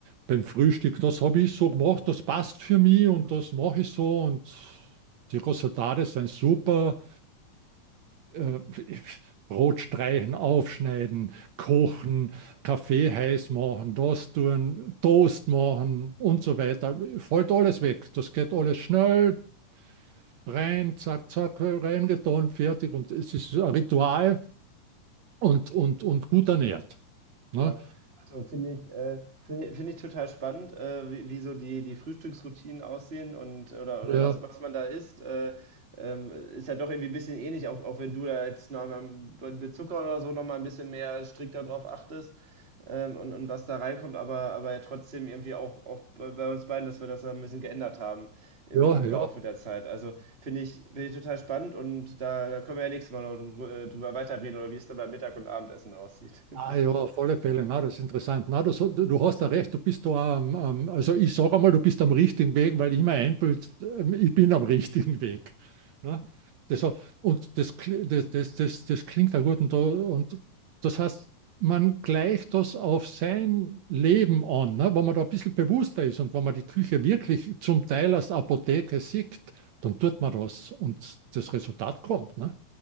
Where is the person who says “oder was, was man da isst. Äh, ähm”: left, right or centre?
Right